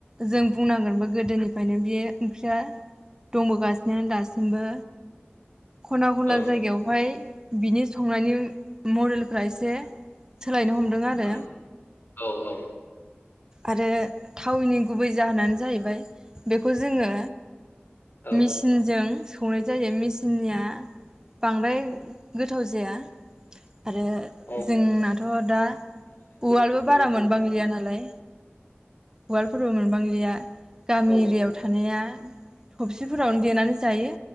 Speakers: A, on the right; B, on the left.
A: जों बुंनांगोनबो गोदोनि। ओंखायनो बे ओंख्रिया दंबोगासिनो दासिमबो। खना खनला
B: औ
A: जायगायावहाय। बिनि संनायनि। मरेलफ्रा एसे सोलायनो हमदों आरो
B: नंगौ औ औ
A: आरो थावनि गुबै जाहोनानो जाहैबाय बेखौ जोङो
B: औ औ
A: मिचिनजों सौनाय जायो मिचिननिया बांद्राय गोथाव जाया आरो
B: औ
A: जों <unintelligible> दा उवालबो बारा मोन मोनबांगलिया नालाय उवालफोरबो मोनबांलिया गामि
B: औ
A: एरियायाव थानाया थफसिफोरावनो देनानै जायो